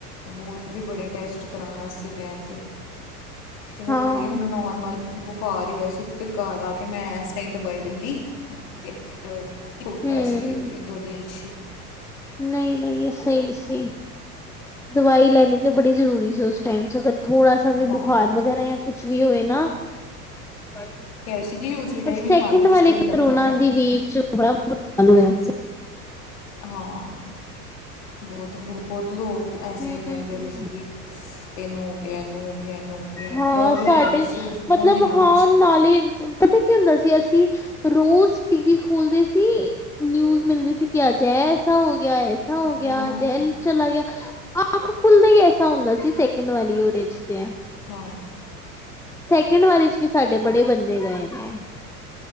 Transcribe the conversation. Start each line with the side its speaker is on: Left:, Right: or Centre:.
Left: ਹੋਰ ਵੀ ਬੜੇ ਟੈਸਟ ਕਰਾਣ ਅਸਤੇ ਕੈ ਤੇ। ਤਿਵੇ
Centre: ਹਾਂ।
Left: ਵੇ ਕਿ ਮੈਨੂੰ ਨੋਰਮਲ ਬੁਖਾਰ ਹੀ ਹੋਇਆ ਸੀ, ਫਿਰ ਘਰ ਆ ਕੇ ਮੈਂ ਐਸਰਾ ਹੀ ਦਵਾਈ ਲੱਲੀ। ਫਿਰ ਹੋ ਗਿਆ
Centre: ਹੂੰ,
Left: ਸੀ, ਇੱਕ ਦੋ ਦਿਨ 'ਚ ਹੀ।
Centre: ਨਹੀਂ-ਨਹੀਂ ਸਹੀ ਸੀ, ਦਵਾਈ ਲੈਣੀ ਤੇ ਬੜੀ ਜ਼ਰੂਰੀ ਸੀ, ਓਸ ਟਾਈਮ ਚ। ਥੋੜਾ ਸਾ ਵੀ
Left: ਹਾਂ
Centre: ਬੁਖਾਰ ਵਗੈਰਾ ਜਾ ਕੁਛ ਵੀ ਹੋਏ ਨਾ ਪਰ
Left: ਕਹਿ ਰਹੇ ਸੀ ਕਿ ਉਸੇ ਟਾਈਮ
Centre: ਸੈਕਿੰਡ
Left: ਹੀ ਖਾ ਲਓ
Centre: ਵਾਲੇ
Left: ਜਿਸ ਟਾਈਮ
Centre: ਕਰੋਨਾ
Left: ਲੱਗਦਾ ਪਿਆ
Centre: ਦੀ ਵੇਵ ਚ ਬੜਾ ਬੁਰਾ ਹਾਲ ਹੋਇਆ ਸੀ।
Left: ਹਾਂ, ਬਹੁਤ ਬਹੁਤ ਲੋਕ ਐਸੇ
Centre: ਹੂੰ।
Left: ਕਹਿੰਦੇ ਪਏ ਸੀ ਕਿ ਇਹਨੂੰ ਹੋ ਗਿਆ, ਇਹਨੂੰ ਹੋ ਗਿਆ, ਇਹਨੂੰ ਗਿਆ
Centre: ਹਾਂ
Left: ਡਰ ਲੱਗਦਾ
Centre: ਸਾਡੇ
Left: ਪਿਆ ਸੀ ਉਸ
Centre: ਮਤਲਬ
Left: ਉਹਨਾਂ ਦਿਨਾਂ
Centre: ਹਾਂ
Left: ਵਿੱਚ
Centre: ਨਾਲੇ ਪਤਾ ਕੀ ਹੁੰਦਾ ਸੀ ਅਸੀਂ ਰੋਜ਼ ਟੀਵੀ ਖੋਲਦੇ ਸੀ, ਨਿਊਜ ਮਿਲਦੇ ਸੀ ਕਿ ਅੱਜ ਐਸਾ ਹੋ ਗਿਆ ਐਸਾ ਹੋ ਗਿਆ
Left: ਹਾਂ
Centre: ਜਹਿਲ ਚਲਾ ਗਿਆ, ਅਖ ਖੁੱਲਦਾ ਹੀ ਐਸਾ ਹੁੰਦਾ ਸੀ ਸੈਕਿੰਡ ਵਾਲੀ ਓਰੇਜ ਤੇ ਹੈ
Left: ਹ
Centre: ਸੈਕਿੰਡ ਵਾਲੇ ਚ ਵੀ ਸਾਡੇ ਬੜੇ ਬੰਦੇ ਗਏ ਨੇ।